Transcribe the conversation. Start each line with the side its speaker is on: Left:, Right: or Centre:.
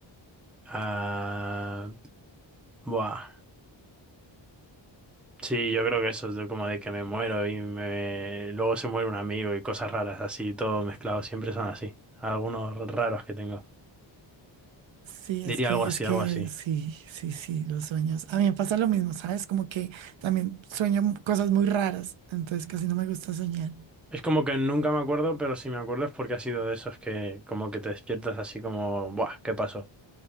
Centre: Ah, buah. Sí, yo creo que eso, de como de que me muero y me... luego se muere un amigo y cosas raras, así, todo mezclado, siempre son así. Algunos raros que tengo.
Right: Sí,
Centre: Diría
Right: es que,
Centre: algo así,
Right: es que
Centre: algo así.
Right: sí, sí, sí, los sueños. A mí me pasa lo mismo, ¿sabes? Como que también sueño m- cosas muy raras, entonces casi no me gusta soñar.
Centre: Es como que nunca me acuerdo, pero si me acuerdo es porque ha sido de esos que como que te despiertas así como, buah, ¿qué pasó?